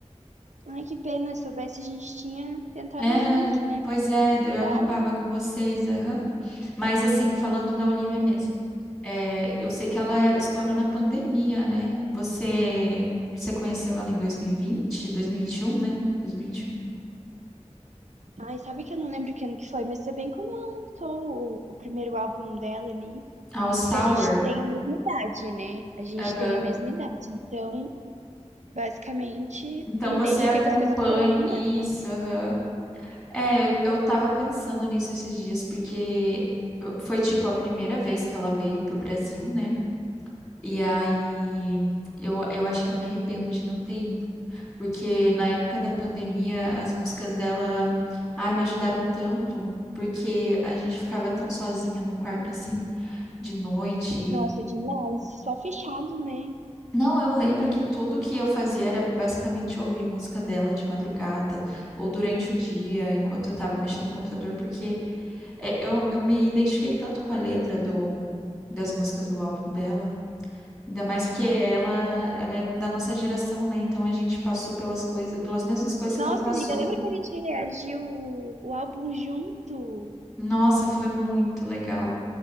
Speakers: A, on the right; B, in the centre.
A: Ai, que pena. Se soubesse, a gente tinha tentado
B: É,
A: ir junto, né?
B: pois é, daí
A: Faculdade.
B: eu acampava com vocês, aham. Mas assim, falando da Olivia mesmo. É, eu sei que ela estourou na pandemia, né? Você, você conheceu ela em 2020, 2021, né? 2021.
A: Ai, sabe que eu não lembro que ano que foi, mas foi bem quando ela lançou o, o primeiro álbum dela ali.
B: All Sour.
A: Que a gente tem a mesma idade, né? A gente
B: Aham.
A: tem a mesma idade. Então, basicamente,
B: Então
A: me
B: você
A: identifiquei
B: acompanha
A: com as coisas que ela me
B: isso,
A: deu.
B: aham. É, eu tava pensando nisso esses dias, porque eu- foi tipo a primeira vez que ela veio pro Brasil, né? E aí eu, eu acho que eu me arrependo de não ter ido. Porque na época da pandemia, as músicas dela, ai, me ajudaram tanto, porque a gente ficava tão sozinha no quarto, assim, de noite. e-
A: Nossa, demais. Só fechado, né?
B: Não, eu lembro que tudo que eu fazia era basicamente ouvir música dela de madrugada ou durante o dia, enquanto eu tava mexendo no computador, porque é, eu, eu me identifiquei tanto com a letra do, das músicas do álbum dela. Ainda mais porque ela, ela é da nossa geração, né? Então a gente passou pelas coisas, pelas mesmas coisas que
A: Nossa,
B: ela passou.
A: amiga, lembra que a gente reagiu o, o álbum junto?
B: Nossa, foi muito legal.